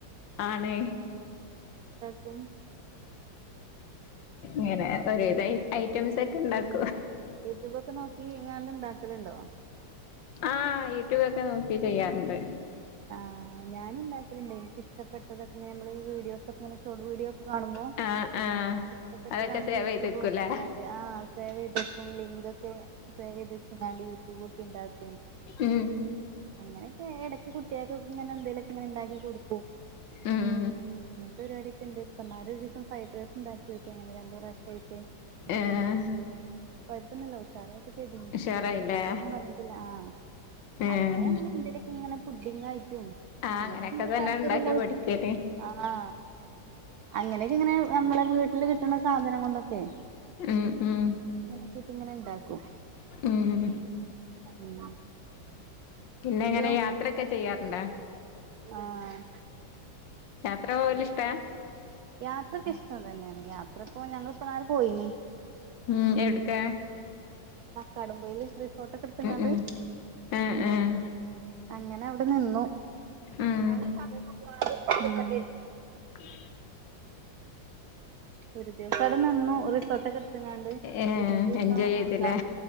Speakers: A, on the left; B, on the right.
A: ആണ്
B: പ്പം
A: ഇങ്ങനെ ഒരു വിധം ഐറ്റംസ് ഒക്കെ ഉണ്ടാക്കും.
B: യൂട്യൂബ് നോക്കി ഇങ്ങണ്ട് ഇണ്ടാക്കലുണ്ടോ?
A: ആ യൂട്യൂബ് ഒക്കെ നോക്കി ചെയ്യാറുണ്ട്.
B: ആ ഞാൻഉണ്ടാക്കലുണ്ട്. എനിക്കിഷ്ടപ്പെട്ടതൊക്കെ നമ്മളി വീഡിയോസ് ഒക്കെ ഷോർഡ് വീഡിയോ കാണുമ്പോ
A: ആഹ് ആഹ്
B: ഇഷ്ടപ്പെട്ടതാണെങ്കി
A: അതൊക്കെ സേവ്
B: യൂട്യൂബ്
A: ചെയ്ത് വെക്കൂലേ
B: നോക്കി ആസേവ് ചെയ്തിപ്പും ലിങ്ക് ഒക്കെ സേവ് ചെയ് യൂടൂബ് നോക്കി ഉണ്ടാക്കും
A: ഉം
B: അങ്ങനൊക്കെ ഇട. അങ്ങനെഎന്തലും ഒക്കെ ഉണ്ടാക്കി കൊടു
A: ഉം
B: അങ്ങനത്തെ പരിപാടിയൊക്കെ ഉണ്ട്. ഇന്നാൾ ഒരു ദിവസം ഫ്രൈഡ് റൈസ് ഉണ്ടാക്കി ങ്ങനെ രണ്ടു പ്രാവശ്യമായിട്ട് <unintelligible>
A: ഏഹ്
B: കൊഴപ്പൊന്നല്ല ഉഷാറായിട്ട് ചെയ്യും.
A: ഉഷാറായില്ലേ
B: കൊഴപ്പമൊന്നുപറഞ്ഞിട്ടില്ല. ആ
A: ഏഹ്
B: അങ്ങനെ അങ്ങനെ എന്തേലൊക്കെ ഇങ്ങനെ ഫുഡ് ഇങ്ങനെ കഴിക്കും
A: ആഹ്
B: നമ്മക്ക്
A: അങ്ങനെയൊക്കെ
B: ഇങ്ങനെ
A: തന്നെ
B: താല്പര്യം
A: ഇണ്ടാക്കി
B: എന്താന്നു വെച്ചാൽ
A: പഠിക്കല്
B: ആ അങ്ങനെയൊക്കെ ഇങ്ങനെ നമ്മളെ വീട്ടിൽ കിട്ടുന്ന സാധനം കൊണ്ട് <unintelligible>
A: ഉം ഉം
B: അങ്ങനക്കെ ഇട്ട് ഇങ്ങനെ ഉണ്ടാക്കും
A: ഉം
B: ഉം
A: പിന്നെ
B: ഇയ്യോ
A: എങ്ങനെ യാത്രൊക്കെ ചെയ്യാറുണ്ടാ
B: ആഹ്
A: യാത്ര പോവല് ഇഷ്ടാ
B: യാത്രക്ക് ഇഷ്ടം തന്നെയാണ് യാത്ര പോ ഞങ്ങിപ്പോര് പോയിന്
A: ഉം എവിടുക്ക
B: തക്കാടും <unintelligible> <unintelligible>
A: ഉം ആഹ്
B: ഉം
A: ആഹ്
B: അങ്ങനെ അവിടെ നിന്നു
A: ഉം
B: <unintelligible> അഹ്
A: <unintelligible>
B: ഒരു ദിവസം അവിടെ നിന്നു റിസോർട്ടൊക്കെ എടുത്ത്ങ്ങാണ്ട്
A: ഏ
B: പിറ്റത്തെ ദിവസം
A: എൻജോയ് ചെയ്തില്ലേ
B: എന്താ